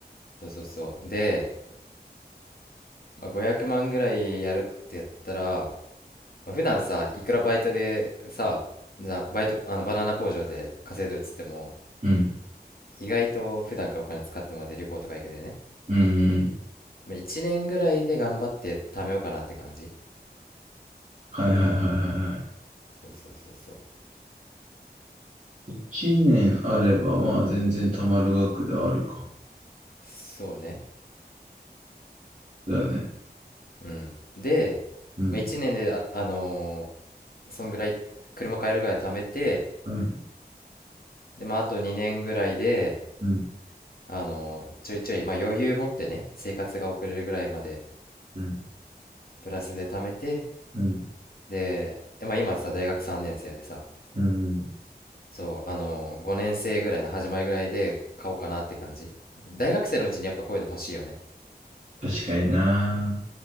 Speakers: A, on the left; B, on the right.
A: そうそうそうでまあ、500万ぐらいやるってやったら、まあ、普段さいくらバイトでさじゃあバイトあのバナナ工場で稼いでるっつっても
B: うん、
A: 意外と普段からお金使ってまで旅行とか行くでね、
B: うん
A: まあ、1年ぐらいで頑張って貯めようかなって感じ
B: はいはいはいはいはい。
A: そうそうそうそう
B: 一年あれば、まあ全然貯まる額ではあるか。
A: そうね
B: だよね。
A: うんで、
B: うん、
A: まあ、1年であ、あのーそんぐらい車買えるぐらい貯めて
B: うん、
A: で、まあ、あと2年ぐらいで、
B: うん、
A: あのーちょいちょい、まあ、余裕持ってね生活が送れるぐらいまで
B: うん、
A: プラスで貯めて
B: うん。
A: で、えまあ、今さ大学3年生でさ
B: うん。
A: そうあの5年生ぐらいの始まりぐらいで買おうかなって感じ大学生のうちにやっぱこういうの欲しいよね
B: 確かにな。